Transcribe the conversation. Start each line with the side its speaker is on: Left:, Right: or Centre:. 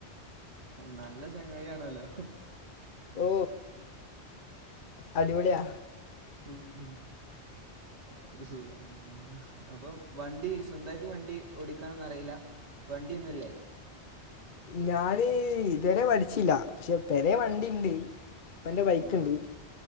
Right: നല്ല ചെങ്ങായിയാണല്ലോ <unintelligible>
Left: ഓ അടിപൊളിയ
Right: ഉം ഉം <unintelligible> അപ്പം വണ്ടി സ്വന്തയിട്ട് വണ്ടി ഓടിക്കാണൊന്ന അറിയില്ല വണ്ടിഒ ന്നുംല്ലേ
Left: ഞാന് ഇതുവരെ പഠിച്ചില്ല പക്ഷെ പെ രെ വണ്ടിണ്ട് ഇപ്പ എന്റെ ബൈക്ക്
Right: ആ
Left: ഉണ്ട്